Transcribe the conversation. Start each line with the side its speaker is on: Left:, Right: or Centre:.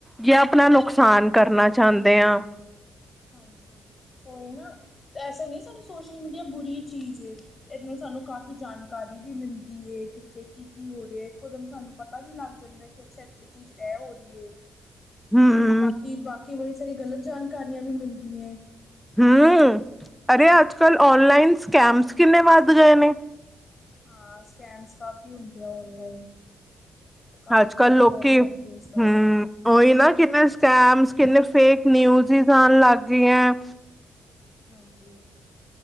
Centre: ਜਾਂ ਆਪਣਾ ਨੁਕਸਾਨ ਕਰਨਾ ਚਾਹੁੰਦੇ ਹਾਂ।
Left: ਹਾਂਜੀ। ਕੋਈ ਨਾ ਐਸਾ ਨਹੀਂ ਸਾਨੂੰ ਸੋਸ਼ਲ ਮੀਡੀਆ ਬੁਰੀ ਚੀਜ਼ ਏ। ਤੇ ਇਹਦੇ ਨਾਲ ਸਾਨੂੰ ਕਾਫ਼ੀ ਜਾਣਕਾਰੀ ਵੀ ਮਿਲਦੀ ਹੈ ਕਿੱਥੇ ਕੀ- ਕੀ ਹੋ ਰਿਹਾ। ਇੱਕਦਮ ਸਾਨੂੰ ਪਤਾ ਵੀ ਲੱਗ ਜਾਂਦਾ ਕਿ ਅੱਛਾ ਇੱਥੇ ਚੀਜ਼ ਇਹ ਹੋ ਰਹੀ ਹੈ।
Centre: ਹਮ
Left: ਬਾਕੀ- ਬਾਕੀ ਬੜੀ ਸਾਰੀ ਗਲਤ ਜਾਣਕਾਰੀਆਂ ਵੀ ਮਿਲਦੀ ਏ।
Centre: ਹਮ। ਅਰੇ ਅੱਜ ਕੱਲ੍ਹ ਔਨਲਾਈਨ ਸਕੈਮਸ ਕਿੰਨੇ ਵੱਧ ਗਏ ਨੇ।
Left: ਹਾਂ ਸਕੈਮਸ ਕਾਫੀ ਹੁੰਦੇ ਅ ਔਨਲਾਈਨ। ਓ ਕਾਫ਼ੀ
Centre: ਅੱਜ ਕੱਲ
Left: ਜਾਣਕਾਰੀ
Centre: ਲੋਕੀ
Left: ਆਉਂਦੀ ਹੈ ਇਸ ਬਾਰੇ।
Centre: ਹਮ ਉਹੀ ਨਾ ਕਿੰਨੇ ਸਕੈਮਸ ਕਿੰਨੇ ਫੇਕ ਨਿਊਜ਼ਸ ਆਉਣ ਲੱਗ ਗਈਆਂ।
Left: ਹਾਂਜੀ।